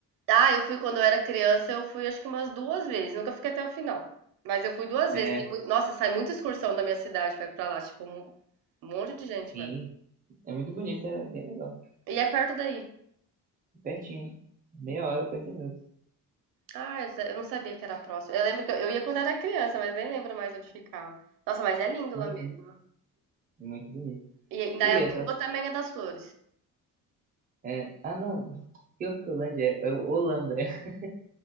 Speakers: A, on the right; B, on the right.
A: Ah, eu fui quando eu era criança, eu fui acho que umas duas vezes, nunca fiquei até o final. Mas eu fui duas
B: É,
A: vezes. tem mui- Nossa, sai muita excursão da minha cidade, vai pra lá, tipo, um monte de gente,
B: sim,
A: vai.
B: é muito bonita, é bem legal.
A: E é perto daí.
B: Pertinho, meia hora, 40 minutos.
A: Ah, exa- eu não sabia que era próximo. Eu lembro que eu, eu ia quando era criança, mas nem lembro mais onde ficava. Nossa, mas é lindo
B: Uhum,
A: lá mesmo.
B: é muito bonito.
A: E Indaiatuba
B: E essas...
A: também é das flores.
B: É, ah, não, que Hortolândia? É, é Olambra. <laughs>